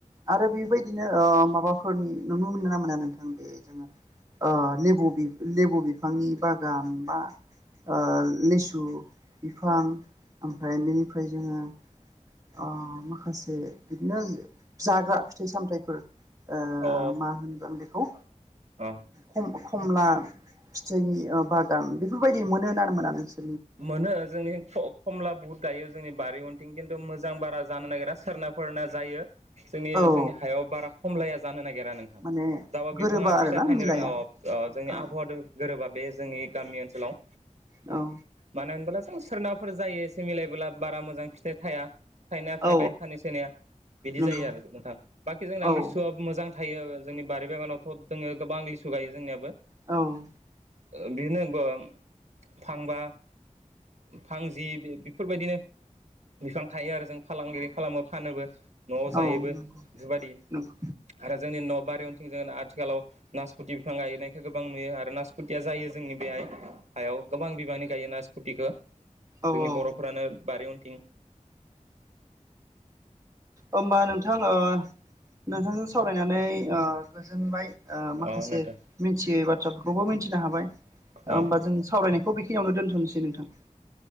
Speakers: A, on the right (about 25°); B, on the right (about 60°).
A: आरो बेबायदिनो माबाफोरनि नुनो मोनो ना मोना? नोंथां बे जोङो लेबु -लेबु बिफांनि बागान बा ओ लिसु बिफां ओमफ्राय बेनिफ्राय जोङो ओ माखासे बिदिनो जाग्रा फिथाइ- सामथाइफोर ओ
B: अ
A: मा होनगोन बेखौ?
B: अ
A: खम खमला फिथाइनि बागान बेफोरबायदि मोनो आरो मोना नोंसोर
B: मोनो जोंनि खमला बुहुद गायो जोंनि बारि उन्थिं खिन्थु मोजां बारा जानो नागिरा। सोरनाफोरना जायो जोंनि
A: औ
B: -जोंनि हायाव बारा खमलाया जानो नागिरा <unintelligible>
A: माने
B: जाबा
A: गोरोबा
B: बिफाङा
A: आरोना
B: फिथाइ थायनो
A: मिलाया
B: रोङा जोंनि
A: औ
B: आबहावा जों गोरोबा बे जोंनि गामि ओनसोलाव
A: औ।
B: मानो होनबोला जों सोरनावाफोर जायो एसे मिलायबोला बारा मोजां फिथाइ थाया। थाइनाया
A: औ
B: थाइबाय सानै सोनिया बिदि
A: नंगौ
B: जायो आरो नोंथां बाखि जोंना
A: औ
B: लिसुआ मोजां थायो जोंनि बारि बागानावथ' दोङो गोबां लिसु गायो जोंनियाबो।
A: औ।
B: <unintelligible> थांबा फांजि बेफोरबायदिनो बिफां थायो आरो जों फालांगिरि खालामो फानोबो न'आव जाहैबो
A: औ
B: बेफोरबायदि
A: नंगौ नंगौ
B: आरो जोंनि न'आव बारि उनथिंजाय आथिखालाव नासपथि बिफां गायनायखौ गोबां नुयो आरो <unintelligible> टिया जायो जोंनि बेहाय हायाव गोबां बिबांनि गायो नास्फुटिखौ
A: औ
B: जोंनि
A: औ
B: बर' फ्रानो बारि उनथिं
A: होमबा नोंथां ओ नोंथांजों सावरायनानै गोजोनबाय ओ माखासे
B: अ नोंथां
A: मिथियै बाथ्राफोरखौबो मिथिनो हाबाय
B: औ
A: होमबा जों सावरायनायखौ बे खिनियावनो दोनथ'नोसै नोंथां।